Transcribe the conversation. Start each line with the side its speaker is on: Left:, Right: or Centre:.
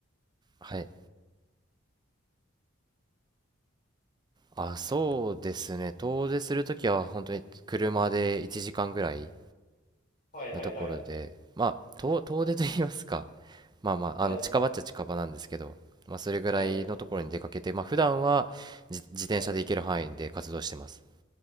Right: はいあそうですね遠出するときは本当に車で1時間ぐらい
Left: はいはいはい。
Right: のところでまあ遠、遠出と言いますかまあまああの近場っちゃ近場なんですけどまあそれぐらいのところに出かけてまあ普段は自、
Left: はい、はい、
Right: 自転車で行ける範囲で活動してます
Left: はい。